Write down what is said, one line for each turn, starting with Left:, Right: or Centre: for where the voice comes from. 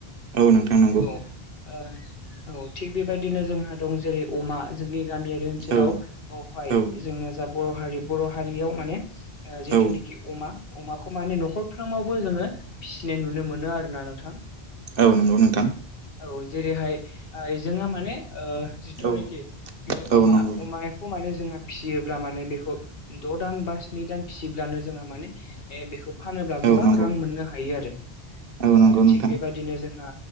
Right: औ नोंथां नंगौ
Left: औ आ औ। थिग बेबायदिनो जोंहा दं जेरै अमा जोंनि गामियारि ओनसोलाव
Right: औ
Left: आवहाय
Right: औ
Left: जोंनिया जाब बर' हारि बर' हारियाव माने ओ जिथुनाखि
Right: औ
Left: अमा अमाखौ माने न'खरफ्रामावबो जोङो फिसिनाय नुनो मोनो आरोना नोंथां।
Right: औ नोंगौ नोंथां।
Left: औ जेरैहाय आइ जोंहा माने ओ जिथुनिखि
Right: औ
Left: ओ
Right: औ
Left: अमा
Right: नंगौ
Left: अमाखौ माने जोंहा फिसियोब्ला माने बेखौ द' दान बा स्नि दान फिसियोब्लानो जोङो माने ए बेखौ फानोब्ला
Right: औ
Left: गोबां
Right: नंगौ
Left: रां मोननो हायो आरो।
Right: औ
Left: ओ
Right: नंगौ नोंथां
Left: थिग बेबायदिनो जों आ